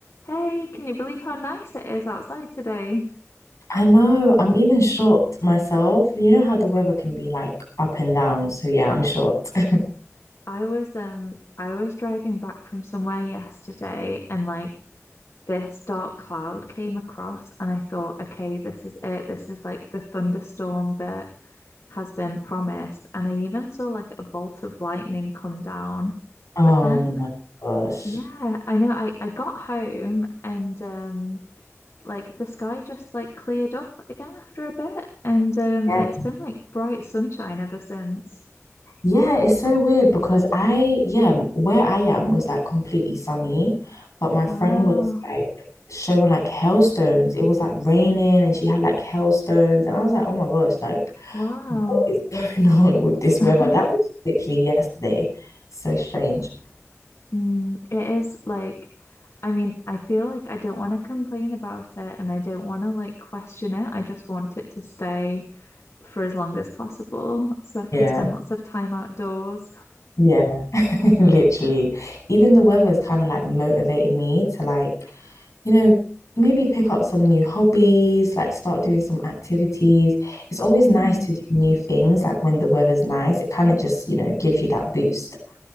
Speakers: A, on the left; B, on the left.
A: Hey, can you believe how nice it is outside today?
B: I know, I'm even shocked myself. You know how the weather can be like up and down. So yeah, I'm shocked. <laughs>
A: I was um I was driving back from somewhere yesterday and like this dark cloud came across and I thought, okay, this is it. This is like the thunderstorm that has been promised. And I even saw like a bolt of lightning come down.
B: Oh
A: But then,
B: my gosh.
A: yeah, I know I I got home and um like the sky just like cleared up again after a bit and um
B: Yeah.
A: it's been like bright sunshine ever since.
B: Yeah, it's so weird because I, yeah, where I am was like completely sunny, but my
A: Wow.
B: friend was like showing like hailstones. It was like raining and she had like hailstones. And I was like, oh my gosh, like
A: Wow.
B: what is <laughs> going on with this weather?
A: <laughs>
B: That was literally yesterday. So strange.
A: Mm, it is like, I mean, I feel like I don't want to complain about it and I don't want to like question it. I just want it to stay for as long as possible so I can
B: Yeah.
A: spend lots of time outdoors.
B: Yeah, <laughs> literally. Even the weather's kind of like motivating me to like, you know, maybe pick up some new hobbies, like start doing some activities. It's always
A: Mm,
B: nice to do new things, like when the weather's nice, it kind of just, you know, gives you that boost.